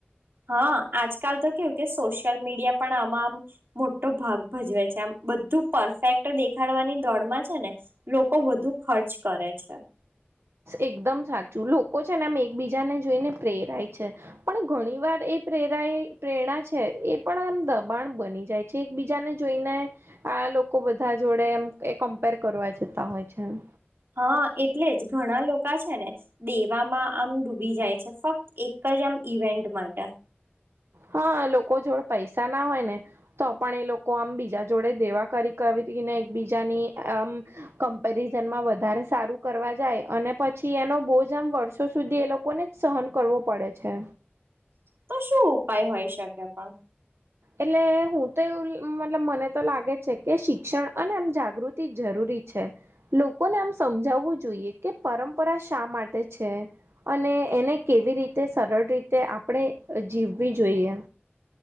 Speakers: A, on the right (about 65°); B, on the right (about 80°).
A: હા આજકાલ તો કેવું કે સોશિયલ મીડિયા પણ આમાં આમ મોટો ભાગ ભજવે છે આમ. બધું પરફેક્ટ દેખાડવાની દોડમાં છે ને, લોકો વધુ ખર્ચ કરે છે.
B: એકદમ સાચું લોકો છે ને આમ એકબીજાને જોઈને પ્રેરાય છે, પણ ઘણી વાર એ પ્રેરા પ્રેરણા છે એ પણમ દબાણ બની જાય છે એક બીજાને જોઈને. આ લોકો બધા જોડે એમ એ કમ્પેર કરવા જતા હોય છે એમ.
A: હા એટલે જ ઘણા લોકો છે ને, દેવામાં આમ ડૂબી જાય છે ફક્ત એક જમ ઇવેન્ટ માટે.
B: હા લોકો જોડે પૈસા ના હોય ને, તો પણ એ લોકો આમ બીજા જોડે દેવા કરી કર <unintelligible> જાેમાં વધારે સારું કરવા જાય અને પછી બહુ જ આમ વર્ષો સુધી એ લોકોને જ સહન કરવો પડે છે.
A: તો શું ઉપાય હોય શકે પણ?
B: એટલે હું તો એવું મતલબ મને તો લાગે છે કે શિક્ષણ અને આમ જાગૃતિ જરૂરી છે, લોકોને આમ સમજાવવું જોઈએ કે પરંપરા શા માટે છે, અને એને કેવી રીતે સરળ રીતે આપણે જીવવી જોઈએ.